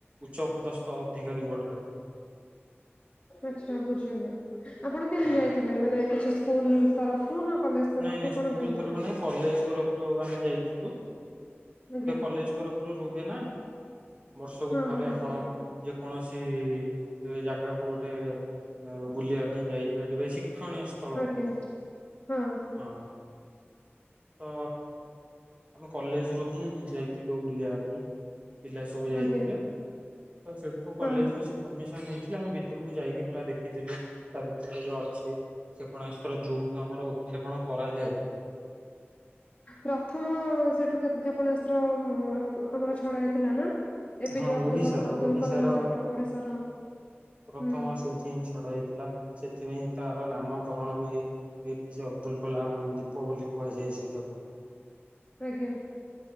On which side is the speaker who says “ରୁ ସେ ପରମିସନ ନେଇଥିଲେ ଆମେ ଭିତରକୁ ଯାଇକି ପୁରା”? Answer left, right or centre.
Right